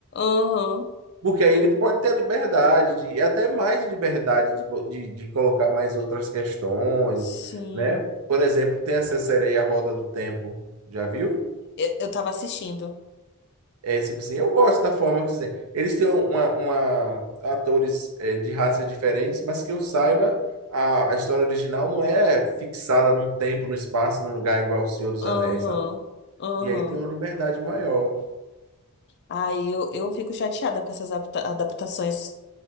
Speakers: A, on the left; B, on the right.
A: Aham,
B: Porque aí ele pode ter a liberdade, de, e até mais liberdade de, bo- de, de colocar mais outras questões,
A: sim.
B: né? Por exemplo, tem essa série aí, A Roda do Tempo, já viu?
A: Eu, eu tava assistindo.
B: É, tipo assim, eu gosto da forma que fizeram. Eles têm uma, uma- atores é, de raças diferentes, mas que eu saiba, a, a história original não é fixada num tempo, num espaço, num lugar igual ao Senhor dos
A: Aham,
B: Anéis, sabe?
A: aham.
B: E aí tem uma liberdade maior.
A: Aí eu, eu fico chateada com essas adapta- adaptações.